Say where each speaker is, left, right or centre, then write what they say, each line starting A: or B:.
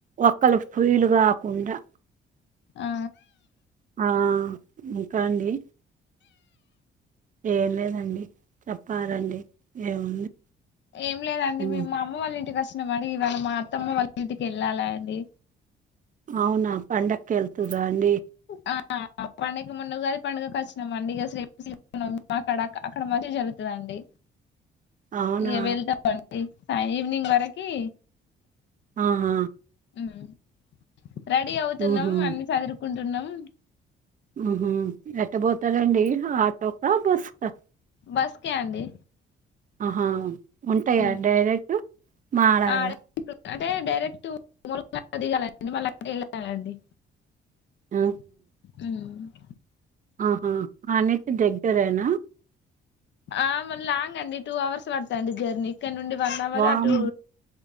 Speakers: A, on the right; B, on the left.
A: ఒక్కలు ఫెయిల్ కాకుండా
B: ఆ
A: ఆ ఇంకా అండి ఏం లేదండి చెప్పాలండి ఏముంది
B: ఏం లేదండి
A: ఉమ్.
B: మీ మా అమ్మ వాళ్ళ ఇంటికిష్టం మరి ఇవాళ మా అత్తమ్మ వాళ్ళ ఇంటికి వెళ్ళాలా అండి
A: అవునా పండకెళ్తుందా అండి
B: ఆ పండుగ ముందుగాది పండడుగకు వచ్చినం అండి ఇక అక్కడ అక్కడ మా జరుగుతుందండి
A: అవునా
B: ఇ వెళ్ద ప సా ఈవినింగ్ వరకి
A: ఆహా
B: హ్మ్. రెడీ అవుతున్నాం
A: ఉహు
B: అన్ని చదురుకుంటున్నాం అ
A: ఉహూ ఎట్ట పోతదండి ఆటో స బస్కా
B: బస్కే అండి
A: ఆహా ఉంటాయి
B: హ్మ్.
A: డైరెక్ట్ మారాల
B: ఆడే అంటే డైరెక్ట్ల <inaudible> దిగాలండి మళ్ల అట్లే వెళ్ళాలండి
A: ఆ
B: మ్
A: అహా ఆనుంచి దగ్గరేనా
B: ఆ మల్ల లాంగ్ అండి టూ అవర్స్ వాడుతది అండి జర్నీ ఇక్కడి నుండి వన్ అవర్
A: వామ్
B: అటు